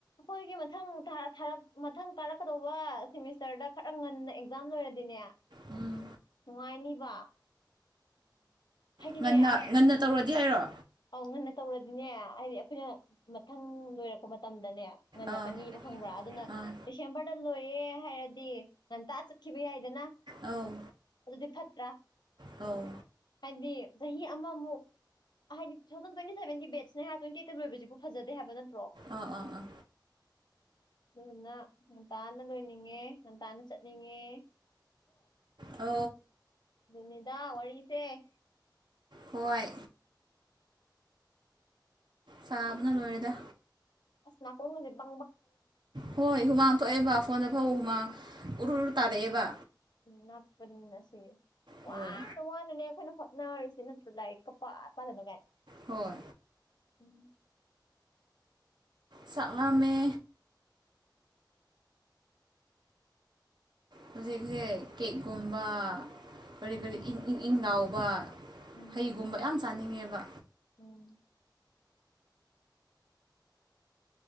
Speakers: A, on the left; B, on the right.
A: ꯑꯩꯈꯣꯏꯒꯤ ꯃꯊꯪ ꯊꯥ ꯊꯥꯔꯛ ꯃꯊꯪ ꯀꯥꯔꯛꯀꯗꯧꯕ ꯁꯦꯝꯃꯤꯁꯇ꯭ꯔꯗ ꯈꯔ ꯉꯟꯅ ꯑꯦꯛꯖꯥꯝ ꯂꯣꯏꯔꯗꯤꯅꯦ
B: ꯎꯝ
A: ꯅꯨꯡꯉꯥꯏꯅꯤꯕ ꯍꯥꯏꯗꯤꯅꯦ
B: ꯉꯟꯅ ꯉꯟꯅ ꯇꯧꯔꯗꯤ ꯍꯥꯏꯔꯣ
A: ꯑꯧ ꯉꯟꯅ ꯇꯧꯔꯗꯤꯅꯦ ꯍꯥꯏꯗꯤ ꯑꯩꯈꯣꯏꯅ ꯃꯊꯪ ꯂꯣꯏꯔꯛꯄ ꯃꯇꯝꯗꯅꯦ ꯉꯜꯂꯛꯀꯅꯤꯕ
B: ꯑꯥ
A: ꯈꯪꯕ꯭ꯔꯥ ꯑꯗꯨꯅ
B: ꯑꯥ
A: ꯗꯤꯁꯦꯝꯕ꯭ꯔꯗ ꯂꯣꯏꯌꯦ꯫ ꯍꯥꯏꯔꯗꯤ ꯉꯟꯇꯥ ꯆꯠꯈꯤꯕ ꯌꯥꯏꯗꯅ
B: ꯑꯧ
A: ꯑꯗꯨꯗꯤ ꯐꯠꯇ꯭ꯔꯥ
B: ꯑꯨ
A: ꯍꯥꯏꯗꯤ ꯆꯍꯤ ꯑꯃꯃꯨꯛ ꯍꯥꯏꯗꯤꯨ ꯊꯥꯎꯖꯟ ꯇ꯭ꯦꯟꯇꯤ ꯁꯚꯦꯟ ꯦꯠꯁꯅꯦ ꯍꯥꯏ ꯇ꯭ꯋꯇꯤ ꯑꯩꯠꯇ ꯂꯣꯏꯕꯁꯤꯕꯨ ꯐꯖꯗꯦ ꯍꯥꯏꯕꯅ
B: ꯑꯥ ꯑꯥ ꯑꯥ
A: ꯑꯗꯨꯅ ꯉꯟꯇꯥꯅ ꯂꯣꯏꯅꯤꯡꯉꯦ ꯉꯟꯇꯥꯅ ꯆꯠꯅꯤꯡꯉꯦ
B: ꯑ
A: ꯅꯤꯗꯥ ꯋꯥꯔꯤꯁꯦ
B: ꯍꯣꯏ ꯁꯥꯕꯅ ꯂꯣꯏꯋꯗ
A: ꯅꯅꯥ ꯀꯣꯡ ꯉꯖꯤꯦꯕ
B: ꯍꯣꯏ ꯍꯨꯃꯥꯡ ꯊꯣꯛꯑꯦꯕ ꯐꯣꯟꯗ ꯐꯧ ꯍꯨꯃꯥꯡ ꯎꯔꯔ ꯇꯥꯔꯛꯑꯦꯕ
A: ꯎ ꯅꯥꯞꯄꯟ ꯑꯁꯤ
B: ꯍꯣꯏ
A: ꯋꯥꯅ ꯋꯥꯅꯅꯦ ꯑꯩꯈꯣꯏꯅ ꯅꯅꯥꯁꯤ ꯅꯠꯇ ꯂꯥꯏ ꯀ ꯄ ꯄ ꯑꯗꯨꯅꯒꯥꯏꯅꯦ
B: ꯍꯣꯏ
A: ꯎꯝ
B: ꯆꯛꯂꯝꯃꯦ ꯍꯧꯖꯤꯛꯁꯦ ꯀꯦꯛꯀꯨꯝꯕ ꯀꯔꯤ ꯀꯔꯤ
A: ꯎꯝ
B: ꯏꯪ ꯏꯪ ꯏꯪ ꯂꯥꯎꯕ
A: ꯎꯝ
B: ꯍꯩꯒꯨꯝꯕ ꯌꯥꯝ ꯆꯥꯅꯤꯡꯉꯦꯕ
A: ꯎꯝ